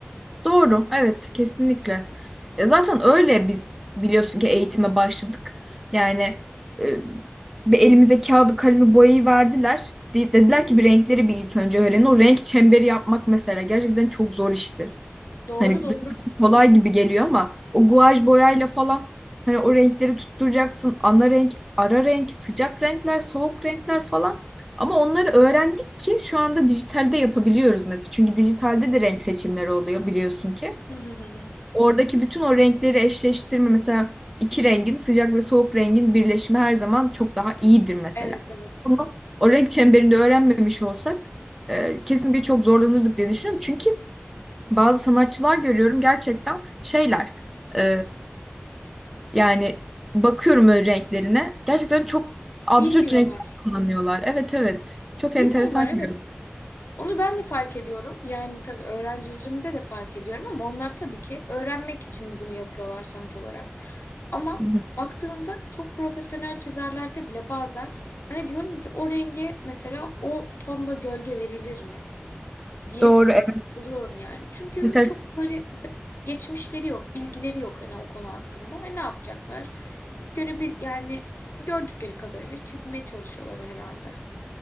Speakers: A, in the centre; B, on the left.
A: Doğru. Evet, kesinlikle. Ya zaten öyle biz biliyorsun ki eğitime başladık. Yani e, bir elimize kağıdı, kalemi, boyayı verdiler. De- dediler ki bir renkleri bir ilk önce öğrenin. O renk çemberi yapmak mesela gerçekten çok zor işti.
B: Doğru
A: Hani
B: doğru.
A: dışarıdan kolay gibi geliyor ama o guaj boyayla falan hani o renkleri tutturacaksın. Ana renk, ara renk, sıcak renkler, soğuk renkler falan. Ama onları öğrendik ki şu anda dijitalde yapabiliyoruz mesela. Çünkü dijitalde de renk seçimleri oluyor biliyorsun ki.
B: Hı hı hı hı.
A: Oradaki bütün o renkleri eşleştirme mesela iki rengin sıcak ve soğuk rengin birleşimi her zaman çok daha iyidir mesela.
B: Evet evet.
A: Bunu o renk çemberinde öğrenmemiş olsak e, kesinlikle çok zorlanırdık diye düşünüyorum. Çünkü bazı sanatçılar görüyorum gerçekten şeyler e, yani bakıyorum öyle renklerine gerçekten çok absürt
B: Bilmiyorlar.
A: renkler kullanıyorlar. Evet evet çok
B: Bilmiyorlar
A: enteresan
B: evet.
A: görüyorum.
B: Onu ben de fark ediyorum. Yani tabii öğrencilerimde de fark ediyorum ama onlar tabii ki öğrenmek için bunu yapıyorlar sonuç olarak. Ama
A: Hı hı.
B: baktığımda çok profesyonel çizerlerde bile bazen hani diyorum ki o renge mesela o tonda gölge verilir mi? diye
A: Doğru evet.
B: buluyorum yani. Çünkü
A: Mesela
B: çok böyle be- geçmişleri yok, bilgileri yok hani o konu hakkında. Hani ne yapacaklar? Görebil yani gördükleri kadarıyla çizmeye çalışıyorlar herhalde.